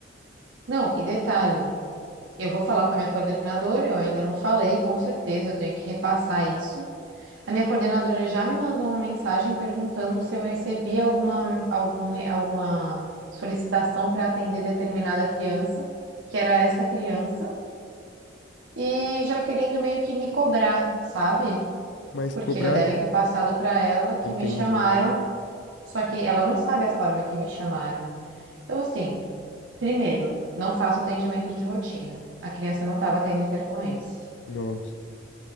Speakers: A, on the right; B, on the left.
A: não, e detalhe, eu vou falar com a minha coordenadora, eu ainda não falei, com certeza, eu tenho que repassar isso. A minha coordenadora já me mandou uma mensagem perguntando se eu recebi alguma, algum re- alguma solicitação para atender determinada criança, que era essa criança, e já querendo meio que me cobrar, sabe?
B: Mas
A: Porque
B: cobrar,
A: já devem ter passado para ela que
B: entendi.
A: me chamaram, só que ela não sabe a forma que me chamaram. Então, assim, primeiro, não faço atendimento de rotina. A criança não estava tendo intercorrência.
B: Nossa.